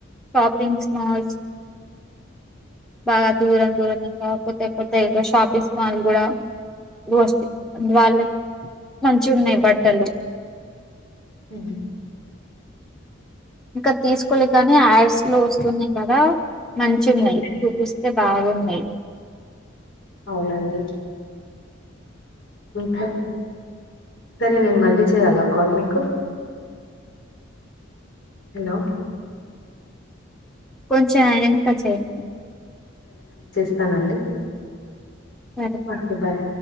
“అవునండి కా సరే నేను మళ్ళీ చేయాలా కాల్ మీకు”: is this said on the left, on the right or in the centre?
Left